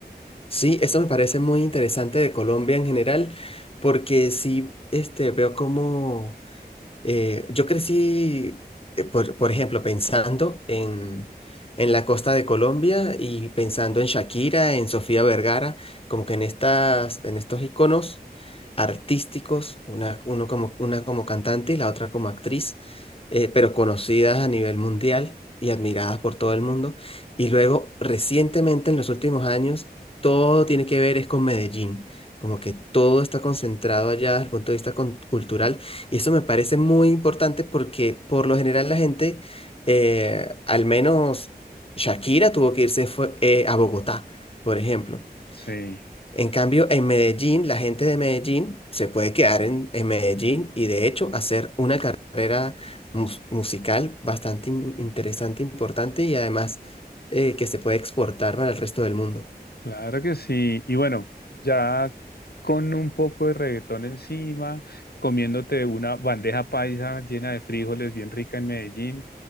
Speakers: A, on the left; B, on the left.
A: Sí, eso me parece muy interesante de Colombia en general, porque sí, este, veo cómo eh, yo crecí, eh, por, por ejemplo, pensando en, en la costa de Colombia y pensando en Shakira, en Sofía Vergara, como que en estas, en estos iconos artísticos, una, uno como, una como cantante y la otra como actriz, eh, pero conocidas a nivel mundial y admiradas por todo el mundo. Y luego, recientemente, en los últimos años, todo tiene que ver es con Medellín. Como que todo está concentrado allá desde el punto de vista con- cultural y eso me parece muy importante porque por lo general la gente, eh, al menos Shakira tuvo que irse fue- eh, a Bogotá, por ejemplo.
B: Sí.
A: En cambio, en Medellín, la gente de Medellín se puede quedar en, en Medellín y de hecho hacer una carrera mus- musical bastante in- interesante, importante y además eh, que se puede exportar para el resto del mundo.
B: Claro que sí. Y bueno, ya con un poco de reggaetón encima, comiéndote una bandeja paisa llena de frijoles bien rica en Medellín